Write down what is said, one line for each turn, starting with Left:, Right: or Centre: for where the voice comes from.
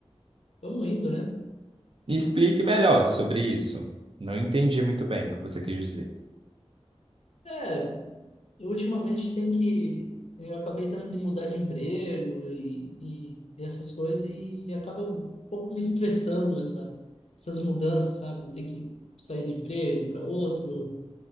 Left: vamos indo, né?
Right: Me explique melhor sobre isso. Não entendi muito bem o que você quis dizer.
Left: É, eu ultimamente tem que. Eu acabei tendo de mudar de emprego e, e, e essas coisas, e acaba um pouco me estressando essa, essas mudanças, sabe? Ter que sair do emprego para outro,